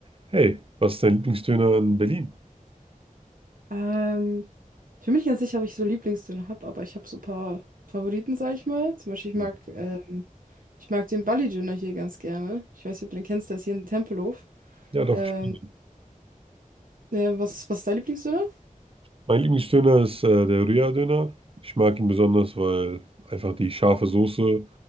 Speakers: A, on the right (about 40°); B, on the right (about 75°).
A: Hey, was ist dein Lieblingsdöner in Berlin?
B: Ähm, ich bin mir nicht ganz sicher, ob ich so Lieblingsdöner habe, aber ich habe so ein paar Favoriten, sag ich mal. Zum Beispiel, ich
A: Hm.
B: mag, ähm, ich mag den bali döner hier ganz gerne. Ich weiß nicht, ob du den kennst, der ist hier in Tempelhof.
A: Ja, doch,
B: Ähm,
A: ich kenn ihn.
B: äh, was, was ist dein Lieblingsdöner?
A: Mein Lieblingsdöner ist äh, der Rührdöner. Ich mag ihn besonders, weil einfach die scharfe Soße